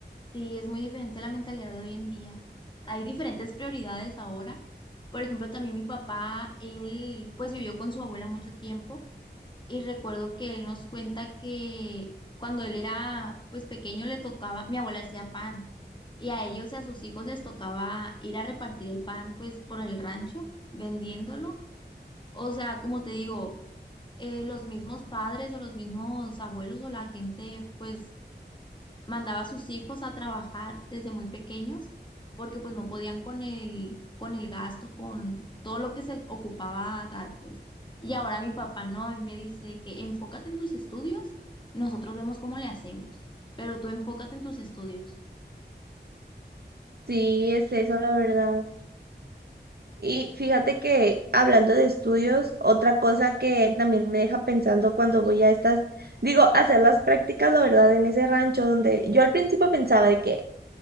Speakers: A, on the left (about 25°); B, on the right (about 60°).
A: Sí, es muy diferente la mentalidad de hoy en día. Hay diferentes prioridades ahora. Por ejemplo, también mi papá, él pues vivió con su abuela mucho tiempo Y recuerdo que él nos cuenta que cuando él era pues pequeño le tocaba, mi abuela hacía pan y a ellos y a sus hijos les tocaba ir a repartir el pan pues por el rancho vendiéndolo. O sea, como te digo, eh, los mismos padres o los mismos abuelos o la gente pues mandaba a sus hijos a trabajar desde muy pequeños porque pues no podían con el, con el gasto, con todo lo que se ocupaba a dar pues. Y ahora mi papá no, a mí me dice que enfócate en tus estudios, nosotros vemos cómo le hacemos, pero tú enfócate en tus estudios.
B: Sí, es eso, la verdad. Y fíjate que hablando de estudios, otra cosa que también me deja pensando cuando voy a estas, digo, a hacer las prácticas, la verdad, en ese rancho donde yo al principio pensaba de que